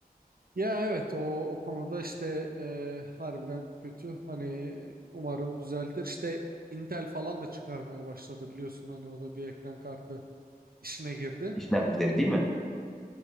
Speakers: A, on the right; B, in the centre.
A: Ya evet o o konuda işte e, harbiden kötü. Hani umarım düzeltir. İşte Intel falan da çıkarmaya başladı biliyorsun hani o da bir ekran kartı işine girdi.
B: İşlemcileri değil mi?